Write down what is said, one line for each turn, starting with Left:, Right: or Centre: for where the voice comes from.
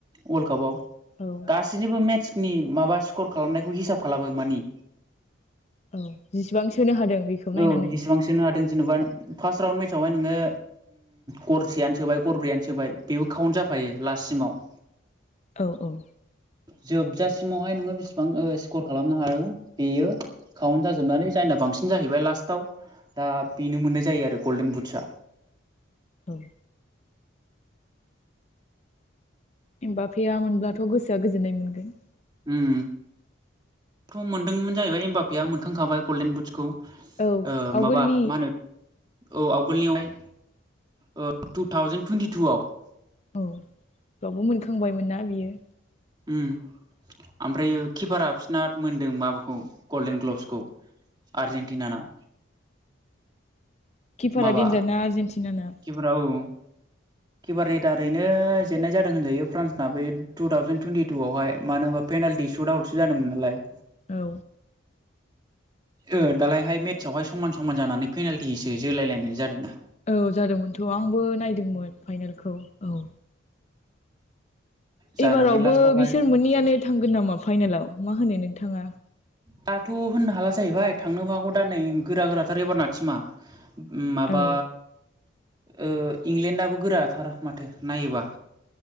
Right: वर्ल्ड कापाव
Left: औ
Right: गासैनिबो मेट्सनि माबा स्कर खालामनायखौ हिसाब खालामो मानि
Left: औ जिसिबां सोनो हादों बेखौ नायनानै
Right: औ जेसेबां सोनो हादों जेनबा फार्स्ट राउन्ड मेटावहाय नोङो गरसेआनो सोबाय गरब्रैयानो सोबाय बेबो काउन्ट जाफै फायो लाससिमाव
Left: औ औ
Right: जोबजासिमावहाय नोङो ओ बेसिबां स्कर खालामनो हाग बेयो काउन्ट जाजोबनानै जायना बांसिन न जाहैबाय लास्टाव दा बेनो मोननाय जायो आरो गल्डेन बुट्सआ
Left: औ एमफा फेया मोनब्लाथ गोसोआ गोजोननाय मोनगोन।
Right: उम थ मोनदोंमोन जाहैबाय हबाफया मोनखांखाबाय गल्डेन बुदसखौ। ओ
Left: औ आवगोलनि
Right: माबा मा होनो? औ आवगोलनियावहाय ओ टु थावजेेन टुवन्टि टुवाव
Left: औ बावबो मोनखांबायमोनना बियो।
Right: उम ओमफ्राय किपारा बिसना मोनदों माबाखौ गल्डेन ग्लबसखौ। आजेन्टिना ना
Left: किपारा
Right: माबा
Left: दन्जारना आरजेेनटिन ना।
Right: किपारा औ किपारनि दारैनो जेननाय जादों होनजायो फ्रान्सना बे टु थावजेन टुइनटि टु आवहाय मानो होनबा फे सु आसो जादोंमोन नालाय।
Left: औ
Right: ओ दालायहाय मेट्सआवहाय समान समान जानानै पेनाल्टिजों जोलायलायनाय जादोंना।
Left: औ जादोंमोनथ आंबो नायदोंमोन फाइनेलखौ औ
Right: जानानै
Left: एबारावबो
Right: लास्टावहाय
Left: बिसोर मोननैयानो थांगोन नामा फाइनेलाव मा होनो नोंथाङा?
Right: दाथ होननो हाला जाहैबाय थांनोबो हागौ दा नै गोरा गोराथार एबार नाथिमा। उम माबा
Left: औ
Right: ओ इंलेण्डआो गोराथार माथो नायोबा।